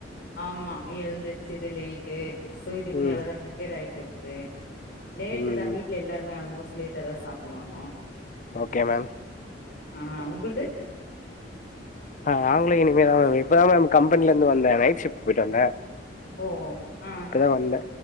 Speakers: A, on the left; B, on the left.
A: ஆமா எழுந்துருச்சுது லேட்டு சோ இதுக்
B: ம்
A: மேலதா ப்ரிப்பேர் ஆயிட்டுருக்கு லேட்டு
B: ம்
A: தா வீட்ல எல்லாருமே ஆல்மோஸ்ட் லேட்டா தா சாப்டுவாங்க
B: ஓகே மேம்
A: ஆ உங்குளுது
B: ஆ அவங்களூ இனிமே தா மேம் இப்பதா மேம் கம்பெனிலந்து வந்தே நைட் ஷிஃப்ட் போயிட்டு வந்தே
A: ஓ ஆ
B: இப்பதா வந்தே